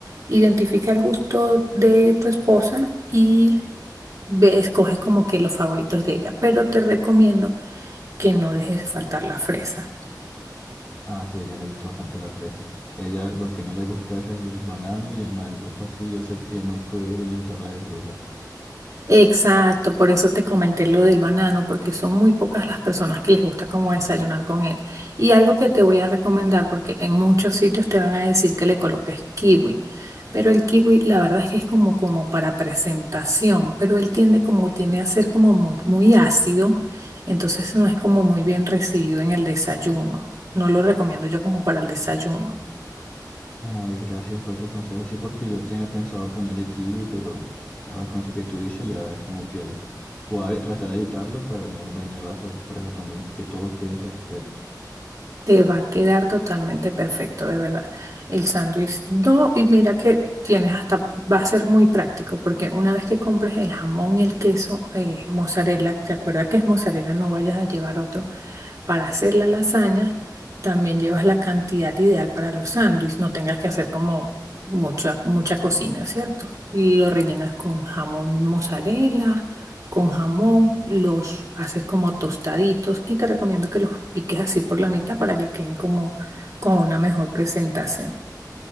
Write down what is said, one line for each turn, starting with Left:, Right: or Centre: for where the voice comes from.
Right: identifica el gusto de tu esposa y ve- escoges como que los favoritos de ella. Pero te recomiendo que no dejes faltar la fresa.
Left: Ah, sí, a ella le gusta bastante la fresa. Ella lo que no le gusta es el banano y el mango. Eso sí, yo sé que no puede ir en la ensalada de frutas.
Right: Exacto, por eso te comenté lo del banano, porque son muy pocas las personas que les gusta como desayunar con él. Y algo que te voy a recomendar, porque en muchos sitios te van a decir que le coloques kiwi, pero el kiwi la verdad es que es como, como para presentación, pero él tiende como tiene a ser como muy, muy ácido, entonces no es como muy bien recibido en el desayuno. No lo recomiendo yo como para el desayuno.
Left: Ay, gracias por ese consejo. Sí, porque yo tenía pensado ponerle kiwi, pero ahora con eso que tú dices, ya como que voy a tratar de evitarlo para no dañar la sorpresa también, que todo quede perfecto.
Right: Te va a quedar totalmente perfecto, de verdad. El sándwich, no, y mira que tienes hasta, va a ser muy práctico, porque una vez que compres el jamón y el queso, eh, mozzarella, te acuerdas que es mozzarella, no vayas a llevar otro. Para hacer la lasaña, también llevas la cantidad ideal para los sándwiches, no tengas que hacer como mucha, mucha cocina, ¿cierto? Y lo rellenas con jamón mozzarella con jamón, los haces como tostaditos y te recomiendo que los piques así por la mitad para que queden como con una mejor presentación.